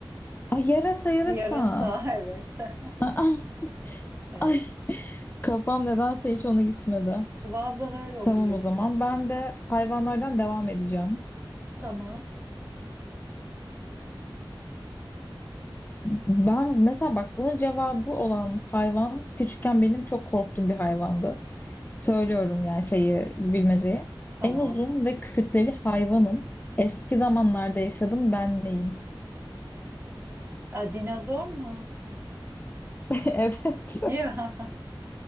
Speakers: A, on the left; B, on the right.
A: Ay yarasa yarasa.
B: Yarasa <laughs> evet. <laughs>
A: Aa,
B: Evet.
A: Ay kafam nedense hiç ona gitmedi.
B: Bazen öyle oluyor
A: Tamam o
B: işte.
A: zaman ben de hayvanlardan devam edeceğim.
B: Tamam.
A: Ben mesela bak bunun cevabı olan hayvan küçükken benim çok korktuğum bir hayvandı. Söylüyorum yani şeyi bilmeceyi.
B: Tamam.
A: En uzun ve kütleli hayvanım. Eski zamanlarda yaşadım ben neyim?
B: A, dinozor mu?
A: <laughs> Evet.
B: <laughs> Ya.